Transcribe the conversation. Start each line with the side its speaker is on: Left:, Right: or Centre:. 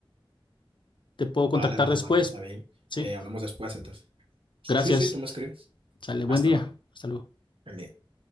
Left: Te puedo contactar
Right: Vale, vale,
Left: después.
Right: Marco, está bien.
Left: Sí,
Right: Eh, hablamos después, entonces. Sí,
Left: gracias.
Right: sí, tú me escribes.
Left: Sale, buen
Right: Hasta
Left: día.
Right: luego.
Left: Hasta luego.
Right: El día.